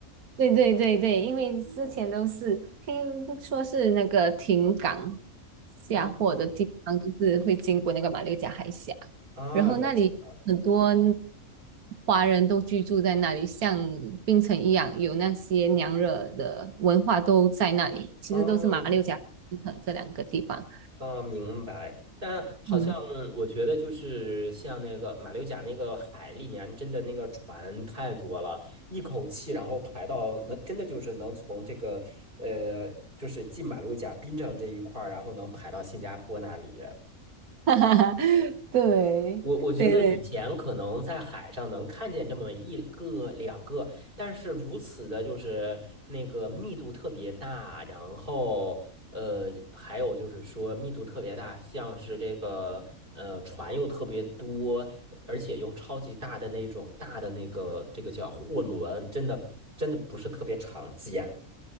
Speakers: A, on the right; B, on the right.
A: 对对对对，因为之前都是听说是那个停港下货的地方，
B: 啊啊，
A: 就是会经过那个马六甲海峡，
B: 啊了解了，
A: 然后那里很多华人都居住在那里，像槟城一样，有那些娘惹的文化都在那里，其实都是马六甲、
B: 啊，
A: 槟城这两个地方。
B: 啊，明白。但好像我觉得，
A: 嗯，
B: 就是像那个马六甲那个海里面，真的那个船太多了，一口气然后排到能，真的就是能从这个呃，就是进马六甲槟城这一块儿，然后能排到新加坡那里。
A: <laughs> 对对对
B: 我我觉得以前可能在海上能看见这么一个两个，但是如此的就是那个密度特别大，然后呃，还有就是说密度特别大，像是这个呃船又特别多，而且又超级大的那种大的那个这个叫货轮，真的真的不是特别常见。